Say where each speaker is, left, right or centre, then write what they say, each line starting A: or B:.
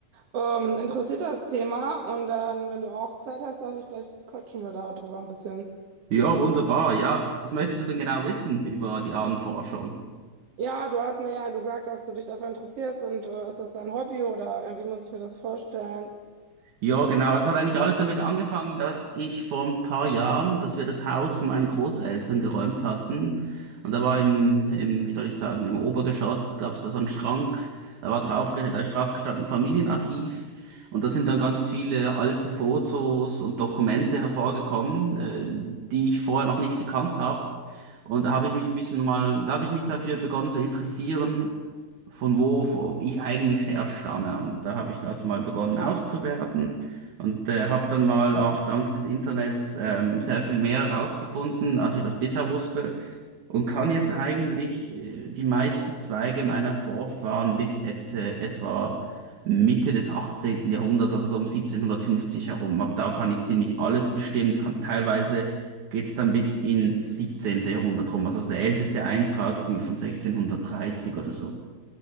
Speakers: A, on the right; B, on the right.
A: ähm, interessiert, das Thema. Und dann, wenn du auch Zeit hast, dachte ich, vielleicht quatschen wir da drüber ein bisschen.
B: Ja, wunderbar. Ja, was möchtest du denn genau wissen über die Ahnenforschung?
A: Ja, du hast mir ja gesagt, dass du dich dafür interessierst und äh, ist das dein Hobby oder äh, wie muss ich mir das vorstellen?
B: Ja, genau. Es hat eigentlich alles damit angefangen, dass ich vor ein paar Jahren, dass wir das Haus meinen Großeltern geräumt hatten. Und da war im, im, wie soll ich sagen, im Obergeschoss gab es da so einen Schrank. Da war drauf, da ist drauf gestanden Familienarchiv. Und da sind dann ganz viele alte Fotos und Dokumente hervorgekommen, äh, die ich vorher noch nicht gekannt habe. Und da habe ich mich ein bisschen mal, da habe ich mich dafür begonnen zu interessieren von wo wo ich eigentlich herstamme. Und da habe ich das mal begonnen auszuwerten und äh, habe dann mal auch dank des Internets ähm, sehr viel mehr herausgefunden, als ich das bisher wusste. Und kann jetzt eigentlich äh, die meisten Zweige meiner Vorfahren bis et, äh, etwa Mitte des 18. Jahrhunderts, also so um 1750 herum. Ab da kann ich ziemlich alles bestimmen, kann teilweise geht's dann bis ins 17. Jahrhundert rum. Also der älteste Eintrag ist irgendwie von 1630 oder so.